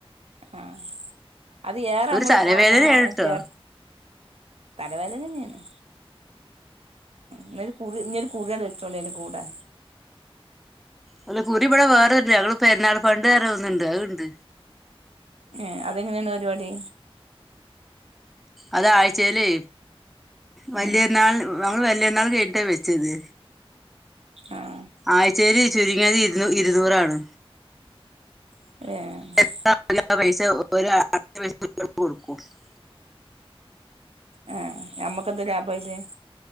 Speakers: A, on the right (about 80°); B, in the centre.
A: ആഹ് അത് ഏറെ
B: ഒരു
A: നമ്മള്
B: തലവേദനയാണ്
A: ആ ഞാ
B: ട്ടോ
A: കെ തല വേദനെന്നേണ് ന്നലും കുറി ഇഞ്ഞൊരു കുറിയാണ്ട് വെച്ചോളി അയ്ന്റെ കൂടെ
B: അല്ലകുറി ഇവടേ വേറെണ്ട് ഞങ്ങള് പെരുന്നാൾ ഫണ്ട് പർഞ ഒന്ന് ഇണ്ട് അത് ഇണ്ട്
A: ഏ അതെങ്ങനെണ് പരിപാടി
B: അത് ആഴ്ചെലെ വല്ല്യര്ന്നാൾ
A: ഉം
B: നമ്മള് വല്ല്യര്ന്നാള് കഴിഞ്ഞിട്ട വെച്ചത്
A: ആ
B: ആയ്‌ചെല് ചുരുങ്ങിയത് ഇരുന്ന് ഇരുന്നൂറാണ്
A: ഏഹ്
B: <unintelligible>
A: ഏ ഞമ്മക്കെന്താ ലാഭ അയില്